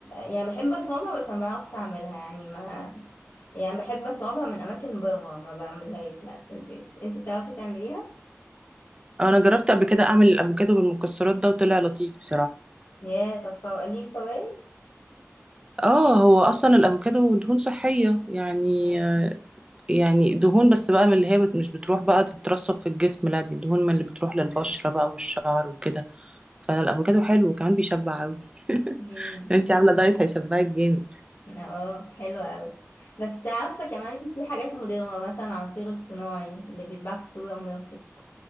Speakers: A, on the left; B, on the right.
A: يعني بحب اشربها بس ما بعرفش اعملها يعني ما يعني بحب اشربها من اماكن بره ما بعملهاش لا في البيت انت بتعرفي تعمليها
B: انا جربت قبل كده اعمل الافوكادو بالمكسرات ده وطلع لطيف بصراحه
A: يا طب فو... ليه فوائد
B: اه هو اصلا الافوكادو دهون صحيه يعني
A: مم.
B: يعني دهون بس بقى من اللي هي بت... مش بتروح بقى تترسب في الجسم لا دي دهون من اللي بتروح للبشره بقى والشعر وكده فالافوكادو حلو وكمان بيشبع قوي <laughs>
A: امم
B: انتي عامله دايت هيشبعك جامد
A: اه حلوة قوي بس عارفة كمان في حاجات مضرة مثلا العصير الصناعي اللي بيتباع في السوبر ماركت